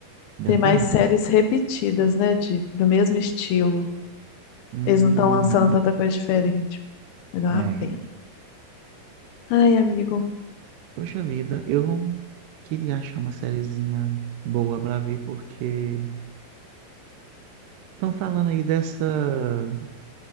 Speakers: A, on the right; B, on the left.
A: ainda
B: Tem mais
A: bem.
B: séries repetidas, né? De, do mesmo estilo.
A: Uhum.
B: Eles não estão lançando tanta coisa diferente. Mas é uma
A: É.
B: pena. Ai, amigo.
A: Poxa vida, eu queria achar uma sériezinha boa pra ver, porque estão falando aí dessa.